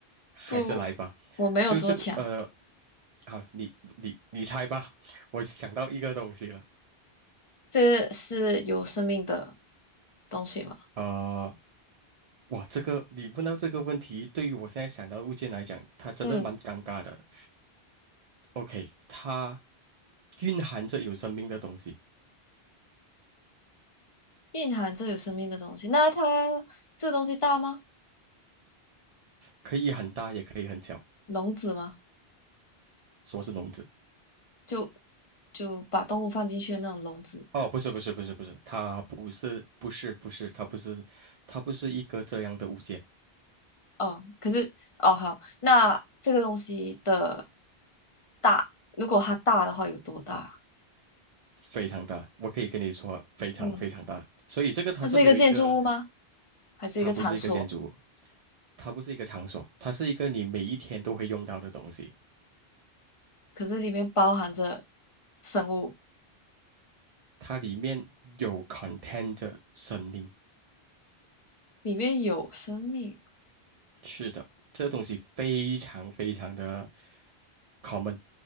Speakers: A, on the right (about 55°); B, on the left (about 35°).
A: 还是来吧，
B: 不，我没有这么强。
A: 就这个呃，好，你你你猜吧，我想到一个东西了，
B: 这是有生命的东西吗？
A: 呃，哇，这个你问到这个问题，对于我现在想到的物件来讲，它真的蛮尴尬的。
B: 嗯，
A: OK，它蕴含着有生命的东西，
B: 蕴含着有生命的东西。那它这个东西大吗？
A: 可以很大，也可以很小。
B: 笼子吗？
A: 说是笼子？
B: 就就把动物放进去的那种笼子。
A: 哦，不是不是不是不是，它不是不是不是，它不是它不是一个这样的物件，
B: 哦，可是哦好，那这个东西的大，如果它大的话有多大？
A: 非常大，我可以跟你说非常非常大，
B: 嗯，
A: 所以这个它是没有一个，
B: 它是一个建筑物吗？还是一个场所？
A: 它不是一个建筑物，它不是一个场所，它是一个你每一天都会用到的东西，
B: 可是里面包含着生物，
A: 它里面有 contain 着生命，
B: 里面有生命，
A: 是的，这个东西非常非常的 common，